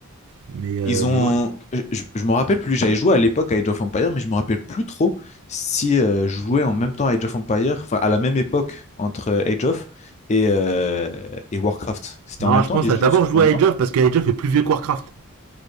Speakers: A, on the right (about 75°); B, on the left (about 30°).
A: Mais, euh,
B: Ils ont,
A: mais ouais.
B: je, je me rappelle plus, j'avais joué à l'époque à Age of Empires, mais je me rappelle plus trop si euh, je jouais en même temps à Age of Empires. enfin à la même époque entre euh, Age of et, euh, et Warcraft. C'était
A: Non,
B: en même
A: je
B: temps,
A: pense
B: les
A: à
B: jeux
A: d'abord
B: c'était
A: jouer
B: en même
A: à Age
B: temps.
A: of, parce que Age of est plus vieux que Warcraft.